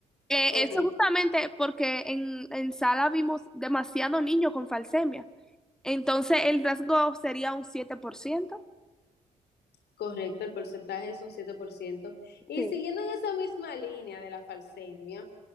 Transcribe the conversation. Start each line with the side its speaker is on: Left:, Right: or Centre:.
Centre: Eh,
Left: Ok,
Centre: eso justamente porque en, en sala vimos demasiado niño con falsemia. Entonces el rasgo sería un 7%.
Left: Correcto, el porcentaje es un 7%. Y
Centre: Sí.
Left: siguiendo en esa misma línea de la falsemia,